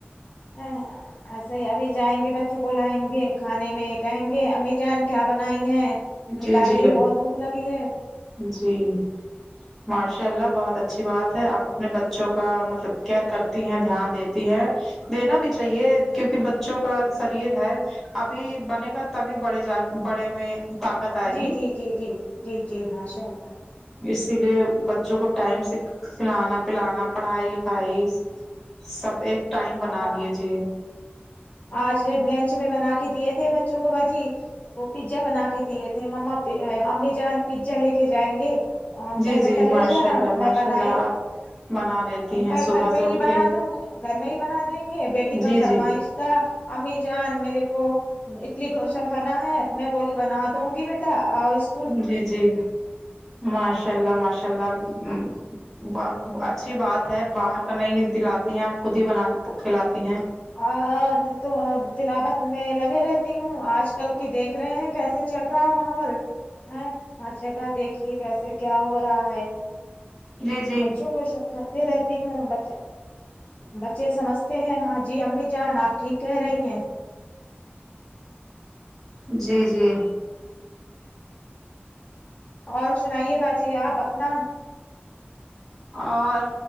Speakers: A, on the left; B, in the centre.
A: ا ایسے ہی ابھی جائیں گے بچوں کو لائیں گے کھانے میں کہیں گے امی جان کیا بنائی ہیں
B: جی
A: نکالیے
B: جی بھائی
A: بہت بھوک لگی ہے
B: جی ماشاء اللہ بہت اچھی بات ہے آپ اپنے بچوں کا مطلب کیئر کرتی ہیں دھیان دیتی ہیں دینا بھی چاہیے کیونکہ بچوں کا شریر ہے ابھی بنے گا تبھی بڑے جا بڑے میں طاقت آئے
A: جی
B: گی
A: جی جی جی جی جی ماشاء اللہ
B: اسی لیے بچوں کو ٹائم سے کھلانا پلانا پڑھائی لکھائی سب ایک ٹائم بنا
A: ہاں
B: لیجیے
A: آج لنچ میں بنا کے دیے تھے بچوں کو باجی وہ پیزا بنا کے دیے تھے مما امی جان پیزا لے کے جائیں گے تو ہم
B: جی
A: کہیں
B: جی
A: بیٹا
B: ماشاء
A: لے جا نا
B: اللہ ماشاء
A: میں بنائی
B: اللہ آپ بنا لیتی
A: ہم
B: ہیں
A: کہیں
B: صبح
A: گھر پہ
B: سے اٹھ
A: ہی
B: کے
A: بنا دوں گھر میں ہی بنا دیں گے بیٹی
B: جی
A: کا فرمائش
B: جی
A: تھا امی جان میرے کو اتلی ڈھوسا کھانا ہے تو میں بولی بنا دوں گی بیٹا اور اس کو
B: جی جی ماشاء اللہ ماشاء اللہ اچھی بات باہر کر نہیں دلاتی ہیں اپ خود ہی بنا کے پ کےلاتی ہیں
A: اور تو تلاوت میں لگے رہتی ہوں آج کل کل کی دیکھ رہے ہیں کیسے چل رہا ہے ماحول ا ہر جگہ دیکھیے کیسے کیا ہو رہا ہے
B: جی جی
A: بچوں کو سم جاتے رہتی ہوں ب بچے سمجھتے ہیں ہاں جی امی جان آپ ٹھیک کہہ رہی ہیں
B: جی جی
A: اور سنائیے باجی آپ اپنا
B: اور